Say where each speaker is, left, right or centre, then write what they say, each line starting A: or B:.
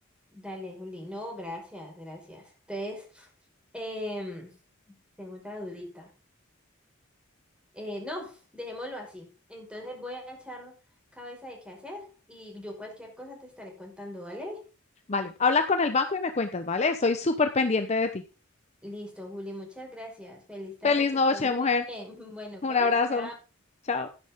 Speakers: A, in the centre; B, on the left (about 35°).
A: Dale, Juli. No, gracias, gracias. Entonces, em, tengo otra dudita. Eh, no, dejémoslo así. Entonces voy a echar cabeza de qué hacer y yo cualquier cosa te estaré contando, ¿vale?
B: Vale, habla con el banco y me cuentas, ¿vale? Estoy súper pendiente de ti.
A: Listo, Juli, muchas gracias. Feliz tarde,
B: Feliz
A: que
B: noche,
A: estés muy
B: mujer.
A: bien. <laughs> Bueno,
B: Un
A: pues,
B: abrazo.
A: chao.
B: Chao.